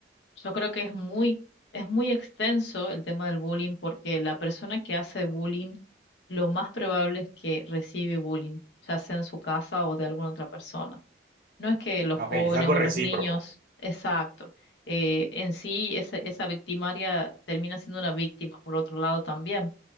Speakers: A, on the left; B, on the right.
A: yo creo que es muy, es muy extenso el tema del bullying porque la persona que hace bullying, lo más probable es que recibe bullying, ya sea en su casa o de alguna otra persona. No es que los
B: Ok,
A: jóvenes
B: es algo
A: o
B: recíproco.
A: los niños, exacto. eh, en sí, esa, esa victimaria termina siendo una víctima, por otro lado también